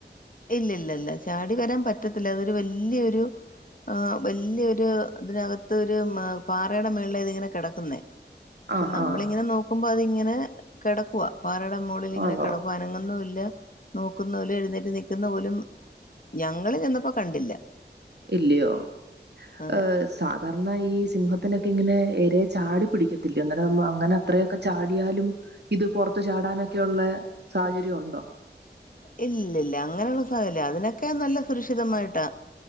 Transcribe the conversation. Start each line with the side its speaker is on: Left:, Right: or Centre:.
Left: ഇല്ല ഇല്ല ഇല്ല ചാടി വരാൻ പറ്റത്തില്ല അതൊരു വല്യൊരു ആ വലിയൊരു ഇതിനകത്ത് ഒരു പാറയുടെ മേള ഇതി ഇങ്ങനെ കിടക്കുന്നേ പക്ഷെ
Right: ആഹ്
Left: നമ്മളിങ്ങനെ
Right: ആഹ്
Left: നോക്കുമ്പോ അതിങ്ങനെ കിടക്കുവാ പാറയുടെ മുകളിൽ ഇങ്ങനെ
Right: ആന്നോ
Left: കിടക്കും അനങ്ങുന്നു ഇല്ല നോക്കുന്നുല്ല എഴുന്നേറ്റ് പോലും ഞങ്ങൾ ചെന്നപ്പോ കണ്ടില്ല
Right: ഇല്ലയോ
Left: അതെ
Right: ഏ സാധാരണ ഈ സിംഹത്തിനൊക്കെ ഇങ്ങനെ ഏരയെ ചാടി പിടിക്കത്തില്ല എന്നന്നേ അങ്ങനെ അത്രയൊക്കെ ചാടിയാലും ഇത് പുറത്തു ചാടാനൊക്കെ ഉള്ള സാഹചര്യം ഉണ്ടോ
Left: ഇല്ലല്ല അങ്ങനെയുള്ള സാഹചര്യം അതിനൊക്കെ നല്ല സുരക്ഷിതമായിട്ടാ